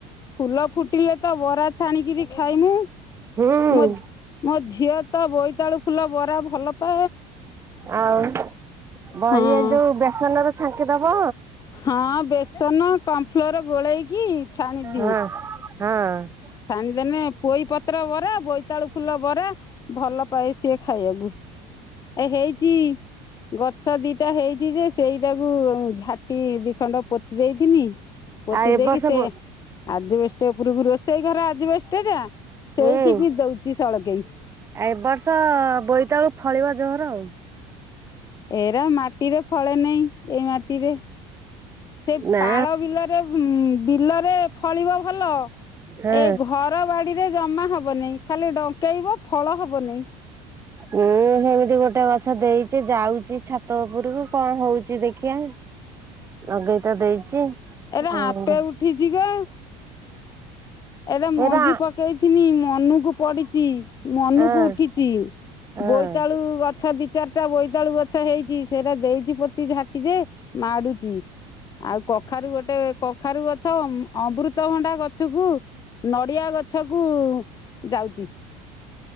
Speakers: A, on the left; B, on the right.
A: ଫୁଲ ଫୁଟିଲେତ ବରା ଛାଣିକିରି ଖାଇମୁ।
B: ହୁଁ
A: ମୋ ମୋ ଝିଅ ତ ବୋଇ ତାଳୁ ଫୁଲ ବରା ଭଲ ପା
B: ଆଉ ବରି
A: ହଁ
B: ଏ ଯୋଉ ବେସନରେ ଛାଙ୍କି ଦବ।
A: ହଁ ବେସନ କମଫ୍ଲୋର୍ ଗୋଳେଇକି। ଛାଣିଦିଏଁ।
B: ହଁ ହଁ।
A: ଛାଣିଦେନେ ପୋଇପତ୍ର ବରା, ବୋଇତାଳୁ ଫୁଲ ବରା ଭଲ ପାଏ ସିଏ ଖାଇବାକୁ, ଏ ହେଇଚି ଗଛ ଦିଟା ହେଇଚି ଯେ ସେଇଟାକୁ ଝାଟି ଦି ଖଣ୍ଡ ପୋତି ଦେଇଥିନି ପୋତି
B: ଆଉ ଏ
A: ଦେଇକି
B: ବର୍ଷ
A: ସେ
B: ବୋ
A: ଆଜବେଷ୍ଟ୍ ଟେ ଉପୁରୁକୁ ରୋସ୍ ସେଇ ଘର ଆଜବେଷ୍ଟ୍ ଟା। ସେଇଠିକି
B: ହୁଁ।
A: ଦଉ ଚି ସଳକେଇ।
B: ଏ ବର୍ଷ ବୋଇ ତଳୁ ଫଳିବ ଜୋର ଆଉ।
A: ଏରା ମାଟିରେ ଫଳେ ନେଇ। ଏଇ ମାଟିରେ, ସେଇ
B: ନା
A: ପାଳ ବିଲରେ ହୁଁ ବିଲରେ ଫଳିବ ଭଲ
B: ହଁ
A: ଏଇ ଘର ବାଡିରେ ଜମା ହବନେଇ। ଖାଲି ଡଙ୍କେଇବ। ଫଳ ହବନାଇଁ।
B: ମୁଁ ହେମିତି ଗୋଟେ ଗଛ ଦେଇଛି ଯାଉଛି ଛାତ ଉପରକୁ କଣ ହଉଛି ଦେଖିିବା ଲଗେଇତ ଦେଇଛି।
A: ଏରା
B: ଆଉ
A: ଆପେ ଉଠିଯିବ। ଏଟା ମଞ୍ଜି
B: ଏରା
A: ପକେଇଥିନି ମନୁକୁ ପଡ଼ିିଚି ମନକୁ
B: ହଁ
A: ଉଠିଛି
B: ହଁ
A: ବୋଇତାଳୁ ଗଛ ଦି ଚାରିଟା ବୋଇ ବୋଇତାଳୁ ଗଛ ହେଇଛି ସେଇଟା ଦେଇଛି ପୋତି ଝାଟି ଯେ ମାଡୁଛି। ଆଉ କଖାରୁ ଗୋଟେ କଖାରୁ ଗଛ ଅମୃତଭଣ୍ଡା, ଗଛକୁ ନଡିଆ ଗଛ କୁ ଯାଉଛି <inaudible>